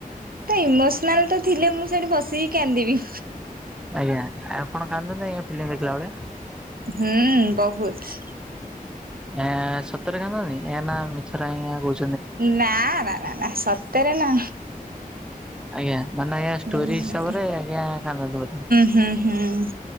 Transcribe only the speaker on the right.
ତ ଇମୋସନାଲ୍ ତ ଥିଲେ ମୁଁ ସେଇଠି ବସିକି କାନ୍ଦିବି।
ହୁଁ ବହୁତ।
ନା, ନା, ନା, ନା ସତରେ ନା।
<unintelligible>
ଆଜ୍ଞା ହୁଁ,
ହୁଁ, ହୁଁ।